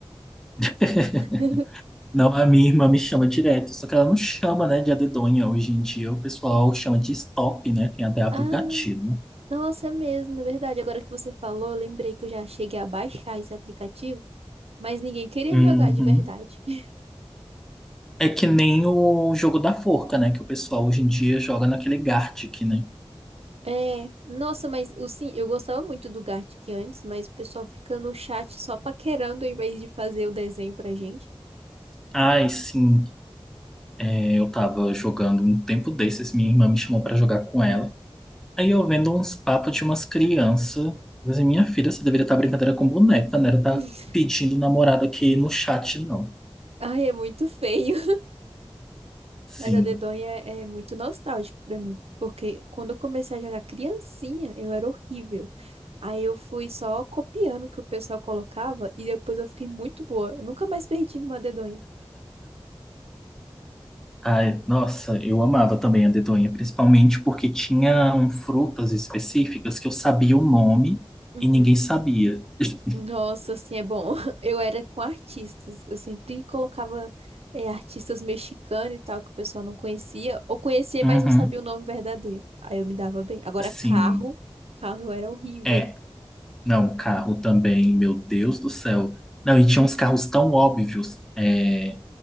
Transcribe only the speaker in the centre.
<laughs>
Não, a minha irmã me chama direto, só que ela não chama, né, de a dedonha. Hoje em dia o pessoal chama de stop, né? Tem até aplicativo.
Uhum.
É que nem o jogo da forca, né? Que o pessoal hoje em dia joga naquele Gartic, né?
Ai, sim. É, eu tava jogando um tempo desses, minha irmã me chamou pra jogar com ela. Aí eu vendo uns papos de umas crianças. Mas minha filha, você deveria estar brincadeira com boneca, né? Ela tá
pedindo namorado aqui no chat, não.
Sim.
Ai, nossa, eu amava também a dedonha, principalmente porque tinham frutas específicas que eu sabia o nome
e ninguém sabia. <laughs>
Uhum,
sim.
É, não, carro também, meu Deus do céu. Não, e tinha uns carros tão óbvios. É,